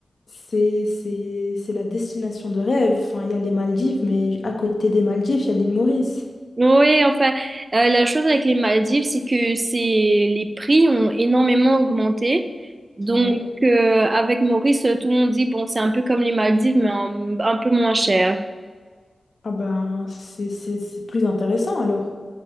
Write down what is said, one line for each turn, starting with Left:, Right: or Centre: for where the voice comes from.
Left: C'est, c'est, c'est la destination de rêve. Enfin, il y a les Maldives, mais à côté des Maldives, il y a l'île Maurice.
Right: Oui, enfin, euh, la chose avec les Maldives, c'est que c'est les prix ont énormément augmenté. Donc,
Left: C'est vrai.
Right: euh, avec Maurice, tout le monde dit, bon, c'est un peu comme les Maldives, mais un, un peu moins cher.
Left: Ah ben, c'est, c'est, c'est plus intéressant alors.